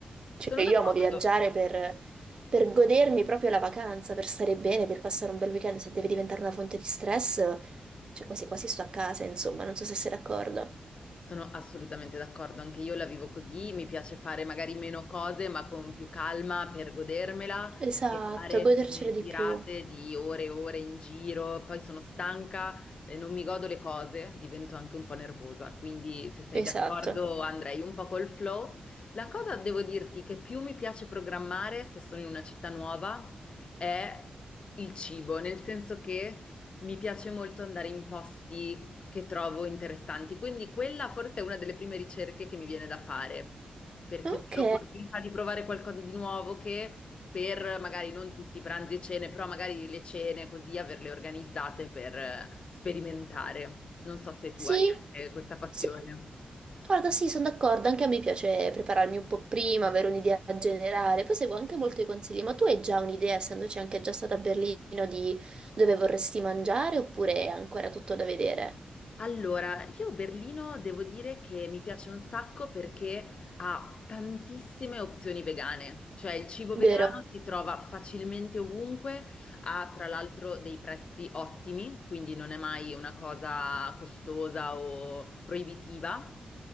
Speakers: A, on the right; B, on the left.
A: Cioè
B: Sono d'accordo.
A: io amo viaggiare per, per godermi proprio la vacanza, per stare bene, per passare un bel weekend, se deve diventare una fonte di stress, cioè quasi quasi sto a casa, insomma, non so se sei d'accordo.
B: Sono assolutamente d'accordo, anche io la vivo così, mi piace fare magari meno cose, ma con più calma per godermela
A: Esatto,
B: che fare
A: godercelo
B: quelle
A: di
B: tirate
A: più.
B: di ore e ore in giro, poi sono stanca, eh, non mi godo le cose, divento anche un po' nervosa, quindi se sei d'accordo
A: Esatto.
B: andrei un po' col flow. La cosa devo dirti che più mi piace programmare se sono in una città nuova è il cibo, nel senso che mi piace molto andare in posti che trovo interessanti. Quindi quella forse è una delle prime ricerche che mi viene da fare, perché
A: Ok,
B: se ho l'opportunità di provare qualcosa di nuovo che per magari non tutti i pranzi e cene, però magari le cene così averle organizzate per eh, sperimentare. Non so se tu
A: sì,
B: hai anche questa passione.
A: sì, guarda, sì, sono d'accordo, anche a me piace prepararmi un po' prima, avere un'idea generale, poi seguo anche molti consigli, ma tu hai già un'idea, essendoci anche già stata a Berlino, di dove vorresti mangiare oppure è ancora tutto da vedere?
B: Allora, io Berlino devo dire che mi piace un sacco perché ha tantissime opzioni vegane, cioè il cibo vegano
A: Vero?
B: si trova facilmente ovunque, ha tra l'altro dei prezzi ottimi, quindi non è mai una cosa costosa o proibitiva.